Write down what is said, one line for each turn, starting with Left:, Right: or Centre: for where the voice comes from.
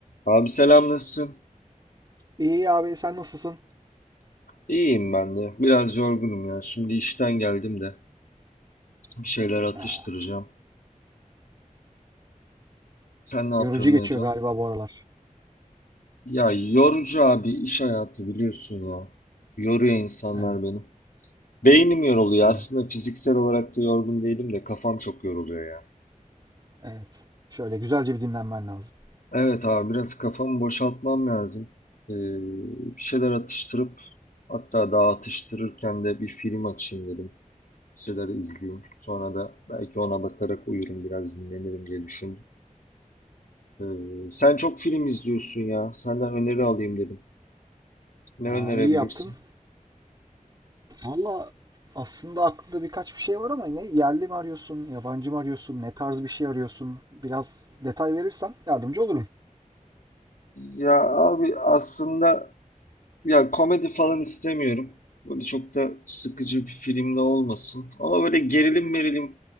Left: Abi selam nasılsın?
Right: İyi abi sen nasılsın?
Left: İyiyim ben de. Biraz yorgunum ya. Şimdi işten geldim de bir şeyler atıştıracağım.
Right: Aa,
Left: Sen ne yapıyorsun,
Right: yorucu geçiyor
Left: ne ediyorsun?
Right: galiba bu aralar.
Left: Ya yorucu abi iş hayatı biliyorsun ya. Yoruyor insanlar
Right: Evet,
Left: beni. Beynim yoruluyor.
Right: evet,
Left: Aslında fiziksel olarak da yorgun değilim de kafam çok yoruluyor ya.
Right: evet. Şöyle güzelce bir dinlenmen lazım.
Left: Evet abi biraz kafamı boşaltmam lazım. Ee, bir şeyler atıştırıp hatta daha atıştırırken de bir film açayım dedim. listeleri izleyeyim. Sonra da belki ona bakarak uyurum biraz dinlenirim diye düşündüm. Ee, sen çok film izliyorsun ya. Senden öneri alayım dedim. Ne
Right: Aa,
Left: önerebilirsin?
Right: iyi yaptın. Valla aslında aklında birkaç bir şey var ama ne yerli mi arıyorsun, yabancı mı arıyorsun, ne tarz bir şey arıyorsun? Biraz detay verirsen yardımcı olurum.
Left: Ya abi aslında ya komedi falan istemiyorum. Böyle çok da sıkıcı bir film de olmasın. Ama böyle gerilim merilim